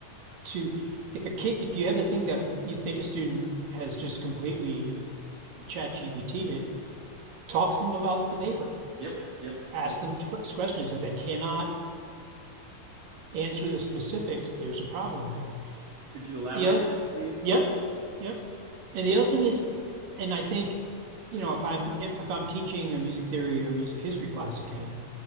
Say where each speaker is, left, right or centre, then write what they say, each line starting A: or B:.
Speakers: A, on the right (about 80°); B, on the right (about 45°).
A: to, if a kid, if you have a thing that you think a student has just completely chat GBT'd it, talk to them about the paper.
B: Yep, yep.
A: Ask
B: No,
A: them questions. If they cannot answer the specifics, there's a problem there.
B: yeah. Could you elaborate,
A: the other,
B: please?
A: yep, yep. And the other thing is, and I think, you know, if I'm if I'm teaching a music theory or music history class again,